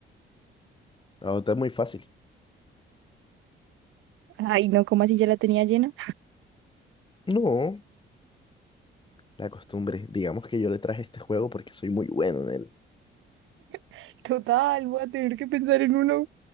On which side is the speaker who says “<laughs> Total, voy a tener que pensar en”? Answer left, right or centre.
Right